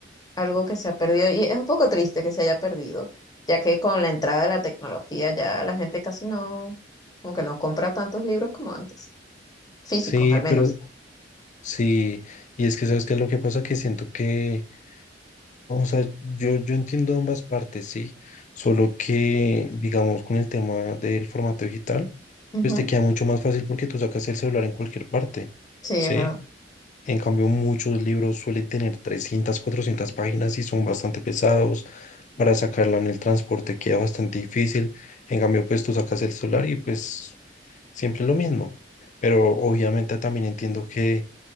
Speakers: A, on the left (about 20°); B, on the left (about 40°).
A: algo que se ha perdido y es un poco triste que se haya perdido, ya que con la entrada de la tecnología ya la gente casi no, como que no compra tantos libros como antes, físicos
B: Sí,
A: al
B: pero
A: menos.
B: sí, y es que sabes qué es lo que pasa, que siento que O sea, yo, yo entiendo ambas partes, sí, solo que, digamos, con el tema del formato digital,
A: Ujú,
B: pues te queda mucho más fácil porque tú sacas el celular en cualquier parte,
A: Sí,
B: ¿sí?
A: es verdad.
B: En cambio, muchos libros suelen tener 300, 400 páginas y son bastante pesados. Para sacarla en el transporte queda bastante difícil. En cambio, pues tú sacas el celular y pues siempre lo mismo. Pero obviamente también entiendo que